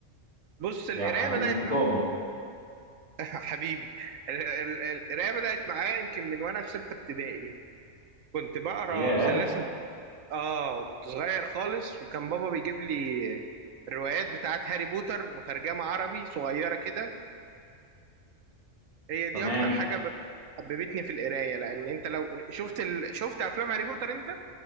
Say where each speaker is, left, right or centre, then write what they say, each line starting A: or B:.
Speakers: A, on the right; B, on the right.
A: بص القرايه
B: يا حبيبي
A: بدات
B: انت تؤمر
A: معايا <laughs> حبيبي ال- ال- القرايه بدات معايا يمكن من وانا في سته ابتدائي كنت بقرا
B: ياه
A: سلاسل اه كنت صغير خالص وكان بابا بيجيب لي الروايات بتاعت هاري بوتر مترجمة عربي صغيرة كده هي دي
B: تمام
A: اكتر حاجة ب- حببتني في القراية لان انت لو شفت ال... شفت افلام هاري بوتر انت